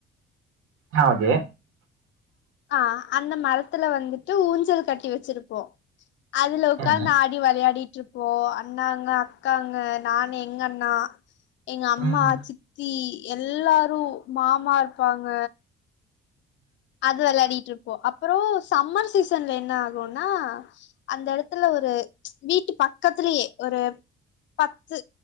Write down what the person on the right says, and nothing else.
அ ஓகே
ஆ
ம்